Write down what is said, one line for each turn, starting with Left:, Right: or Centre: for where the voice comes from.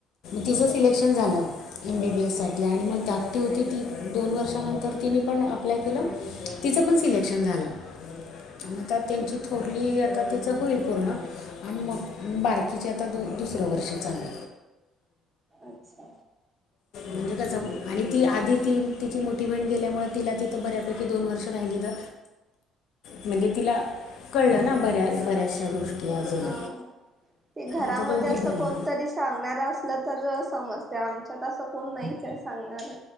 Right: हा
Left: तिचं
Right: हा
Left: सिलेक्शन झालं एम बी बी एससाठी आणि मग धाकटी होती
Right: हा हा
Left: ती दोन वर्षानंतर तिने पण अप्लाय केलं तिचं पण सिलेक्शन झालं आणि आता त्यांची
Right: हम्म
Left: थोरली आता तिच होईल पूर्ण आणि बारकीचे आता दोन दुसरं वर्ष चाललं
Right: अच्छा
Left: म्हणजे कसं आणि ती आधी ती तिची मोटिव्हेंट गेल्यामुळे तिला तिथं बऱ्यापैकी दोन वर्ष राहिली तर म्हणजे तिला कळलं ना बऱ्या बऱ्याचशा गोष्टी अजून
Right: हा ते घरामध्ये
Left: आता दोघी
Right: असं
Left: बहिणी
Right: कोणतरी सांगणार असलं तर समजते आ त्याच्यात असं कोण नाहीच आहे सांगणार